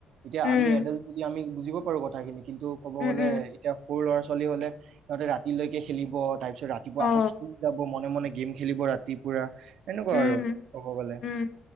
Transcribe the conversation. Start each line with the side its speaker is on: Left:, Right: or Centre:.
Right: এতিয়া
Left: উম
Right: আমি এডল্ট আমি বুজিব পাৰো। কথাখিনি কিন্তু ক'ব
Left: উম
Right: গ'লে
Left: উম উম
Right: এতিয়া সৰু ল'ৰা-ছোৱালী হ'লে সিহঁতে ৰাতিলৈকে খেলিব তাৰপিছত ৰাতিপুৱা
Left: অ
Right: আকৌ স্কুল যাব মনে-মনে গেম খেলিব ৰাতি পুৰা এনেকুৱা
Left: উম
Right: আৰু ক'ব গ'লে।
Left: উম